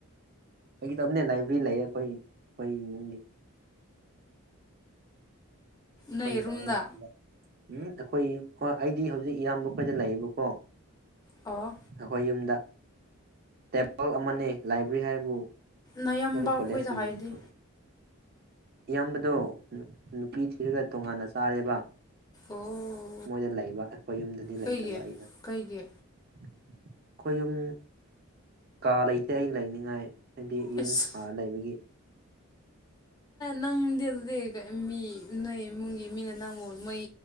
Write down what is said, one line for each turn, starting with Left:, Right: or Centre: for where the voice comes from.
Right: ꯑꯩꯒꯤꯗꯞꯅ ꯂꯥꯏꯕ꯭ꯔꯦꯔꯤ ꯂꯩꯌꯦ ꯑꯩꯈꯣꯏ ꯑꯩꯈꯣꯏꯒꯤ ꯏꯃꯨꯡꯒꯤ ꯑꯩꯈꯣꯏ
Left: ꯅꯣꯏ ꯔꯨꯝꯗ
Right: ꯕꯥꯅꯕ ꯎꯝ ꯑꯩꯈꯣꯏ ꯍ ꯑꯩꯗꯤ ꯍꯧꯖꯤꯛ ꯏꯌꯥꯝꯕꯈꯣꯏꯗ ꯂꯩꯑꯦꯕꯀꯣ
Left: ꯑꯥ
Right: ꯑꯩꯈꯣꯏ ꯌꯨꯝꯗ ꯇꯦꯕꯜ ꯑꯃꯅꯦ ꯂꯥꯏꯕꯦꯔꯤ ꯍꯥꯏꯕꯨ
Left: ꯅꯌꯥꯝꯝꯕ
Right: ꯅꯣꯏ ꯀꯣꯂꯦꯖꯀꯤ
Left: ꯑꯩꯈꯣꯏꯗ ꯍꯥꯏꯗꯤ
Right: ꯀꯩꯅꯣ ꯇꯧꯗꯦ ꯏꯌꯥꯝꯕꯗꯣ ꯅꯨꯄꯤ ꯊꯤꯔꯒ ꯇꯣꯉꯥꯟꯅ ꯆꯥꯔꯦꯕ
Left: ꯑꯣ
Right: ꯃꯣꯏꯗ ꯂꯩꯕ ꯑꯩꯈꯣꯏ ꯌꯨꯝꯗꯗꯤ ꯂꯩꯇꯕ
Left: ꯀꯩꯒꯤ
Right: ꯑꯩꯅ
Left: ꯀꯩꯒꯤ
Right: ꯑꯩꯈꯣꯏ ꯌꯨꯝ ꯀꯥ ꯂꯩꯇꯦ ꯑꯩꯅ ꯂꯩꯅꯤꯡꯉꯥꯏ ꯍꯥꯏꯗꯤ ꯌꯨꯝ
Left: ꯑꯁ
Right: ꯁꯥꯔ ꯂꯩꯕꯒꯤ
Left: ꯅꯪꯗꯤ ꯑꯗꯨꯗꯤ ꯃꯤ ꯅꯣꯏ ꯏꯃꯨꯡꯒꯤ ꯃꯤꯅ ꯅꯪꯕ ꯃꯣꯏ